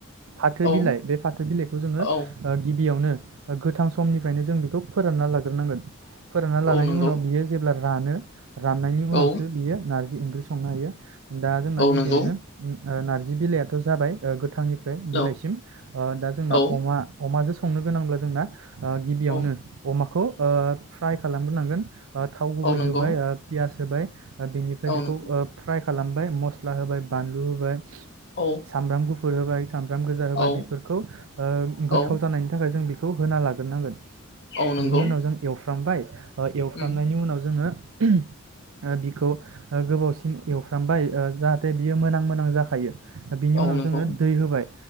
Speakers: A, on the right; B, on the left.
A: फाथो
B: औ
A: बिलाइ बे फाथो बिलाइखौ जोङो ओ
B: औ
A: गिबियावनो गोथां समनिफ्रायनो जों बेखौ फोरानना लाग्रोनांगोन फोरानना
B: औ
A: लानायनि
B: नंगौ
A: उनाव बियो जेब्ला रानो राननायनि उनावसो
B: औ
A: बियो नारजि ओंख्रि संनो हायो दा जोंना
B: औ
A: गिबियावनो
B: नंगौ
A: ओ नारजि बिलाइआथ' जाबाय ओ गो थांनिफ्राय बिलाइसिम
B: औ
A: ओ दा जोंना
B: औ
A: अमा अमाजों स संनो गोनांब्ला जोंना ओ गिबियावनो
B: औ
A: अमाखौ ओ फ्राय खालामग्रोनांगोन। ओ थाव गुबै
B: औ नंगौ
A: होब बाय ओ पियास जाबाय ओ बेनिफ्राय
B: औ
A: बेखौ
B: नंगौ
A: ओ फ्राय खालामबाय मस्ला होबाय बानलु होबाय
B: औ
A: सामब्राम गुफ फुर होबाय सामब्राम गोजा होबाय
B: औ
A: बेफोरखौ ओ गोथाव
B: औ
A: जानायनि थाखाय जों बि खौ होना लाग्रोनांगोन।
B: औ नंगौ
A: बिनि उनाव जों एवफ्रामबाय ओ एवफ्रामनायनि
B: उम
A: उनाव जोङो ओ बिखौ ओ गोबावसिम एवफ्रामबाय ओ जाहाथे बियो मोनां मोनां जाखायो। ओ बिनि
B: औ
A: उनाव
B: नंगौ
A: जोङो दै होबाय।